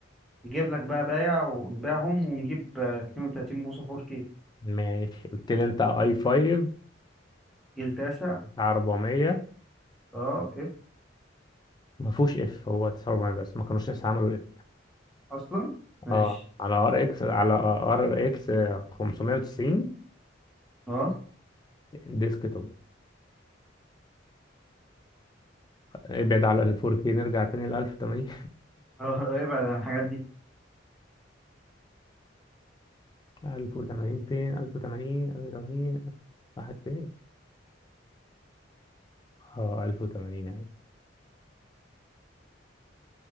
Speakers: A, in the centre; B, on the left.
A: نجيب لك بقى بايع ونبيعهم ونجيب آه، 32 بوصة 4K
B: ماشي قلت لي انت اي 5
A: جيل تاسع
B: بتاع 400
A: اه اف
B: ما فيهوش اف هو 49 بس ما كانوش لسه عملوا اف
A: اصلا
B: <laughs>
A: ماشي
B: اه على ار اكس على ار اكس 590
A: اه
B: ديسك توب ابعد على ال 4K نرجع تاني ل 1080
A: اه اه، ابعد عن الحاجات دي
B: 1080 <laughs> فين 1080 1080 راحت فين اه 1080 اهي